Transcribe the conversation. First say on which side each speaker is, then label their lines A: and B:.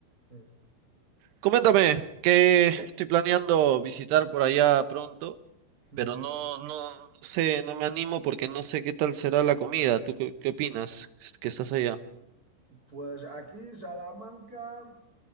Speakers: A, on the right; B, on the right.
A: Eh,
B: Coméntame, que estoy planeando visitar por allá pronto,
A: hmm.
B: pero no, no, no sé, no me animo porque no sé qué tal será la comida. ¿Tú qué, qué opinas que estás allá?
A: Pues aquí, Salamanca,